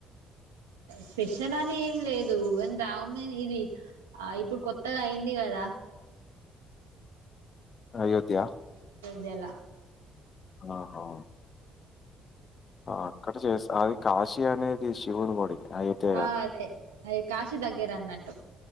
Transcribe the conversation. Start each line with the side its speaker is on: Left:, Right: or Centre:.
Right: స్పెషల్ అని ఏం లేదు ఇన్ రామ్ ఇది ఆ ఇప్పుడు కొత్తగా అయింది కదా
Left: అయోధ్యా
Right: దెల
Left: ఆహా అక్కడ చేస్త అది కాశీ అనేది శివుని గుడి అయోధ్య
Right: ఆ
Left: కాదు
Right: అదే అయి కాశీ దగ్గర అన్నట్టు